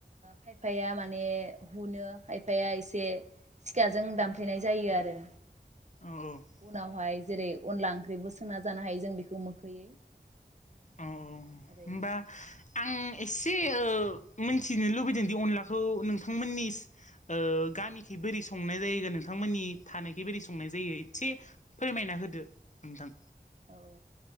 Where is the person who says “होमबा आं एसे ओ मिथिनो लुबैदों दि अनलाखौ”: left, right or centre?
Left